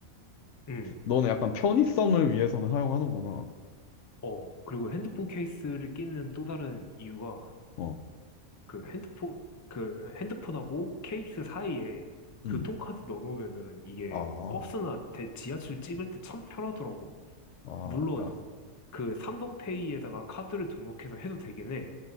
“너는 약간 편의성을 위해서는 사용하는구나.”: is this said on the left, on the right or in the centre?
Left